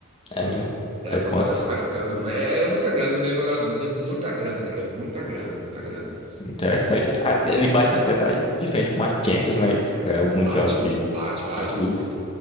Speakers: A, on the left; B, on the right.
A: É mesmo.
B: É a
A: É quanto?
B: propaganda mais cara do mundo. É, é muita grana, não lembro agora não, mas é muita grana, cara, é muita grana, muita grana.
A: Interessante. Ah, Ele bate até da, de frente com a Champions, não é isso? Que é o Mundial
B: Bate,
A: de,
B: bate, bate.
A: de Clubes.
B: O,